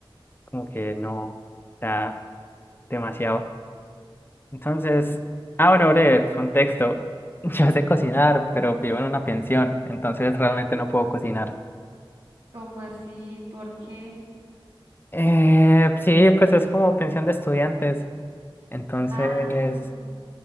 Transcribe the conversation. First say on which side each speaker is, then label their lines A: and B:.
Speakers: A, on the left; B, on the right.
A: como que no. Está demasiado. Entonces, ah, bueno, breve, contexto. <laughs> Yo sé cocinar, pero vivo en una pensión, entonces realmente no puedo cocinar.
B: ¿Cómo así? ¿Por qué?
A: Eh, sí, pues es como pensión de estudiantes, entonces
B: Ah,